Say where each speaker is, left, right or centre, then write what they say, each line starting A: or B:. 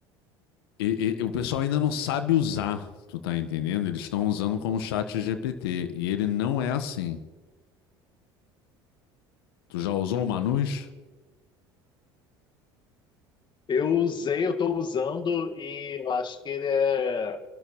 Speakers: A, on the left; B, on the left.
A: e- e- o pessoal ainda não sabe usar, tu tá entendendo? Eles estão usando como chat GPT e ele não é assim. Tu já usou o Manus?
B: Eu usei, eu estou usando e eu acho que ele é